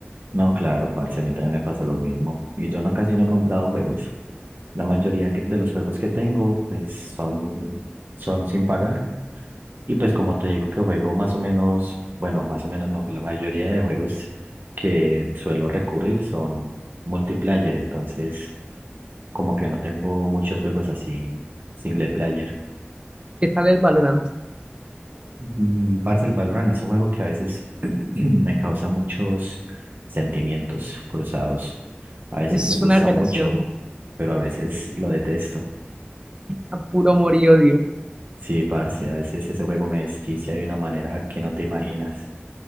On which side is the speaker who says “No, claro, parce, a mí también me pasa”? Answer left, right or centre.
Right